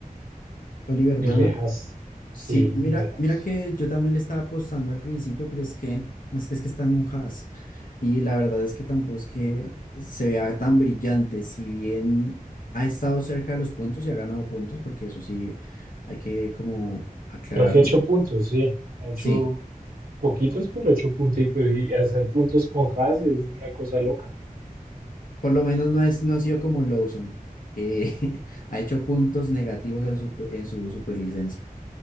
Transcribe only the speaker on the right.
el
de Haas. Sí,
el de Haas.
Creo que ha hecho puntos, sí. Ha hecho
poquitos, pero ha hecho punticos y hacer puntos con Haas es una cosa loca.